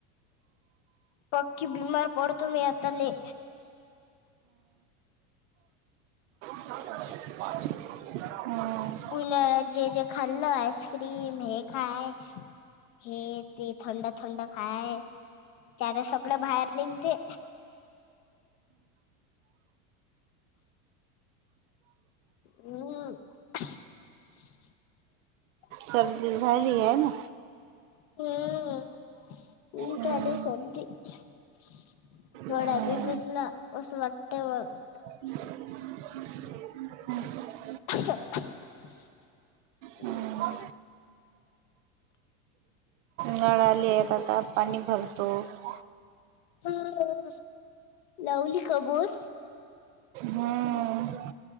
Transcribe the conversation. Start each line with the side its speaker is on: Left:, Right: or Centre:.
Left: पक्की बीमार पडतो मी आता ले
Right: <inaudible> ह. <unintelligible>
Left: उन्हाळ्यात जे जे खाल्लं आईस्क्रीम हे खाय हे ते थंड थंड खाय त्याला सगळं बाहेर निगते. हम्. <unintelligible>
Right: सर्दी झालीये ना.
Left: हम. <unintelligible>
Right: हम्म
Left: गडभी
Right: हम्म
Left: पसन कसं वाटे व.
Right: <inaudible>
Left: हम्. <unintelligible>
Right: हम्म नळा आलेत आता पाणी भरतो. हम्म
Left: ह लावली का बोर?
Right: हम्म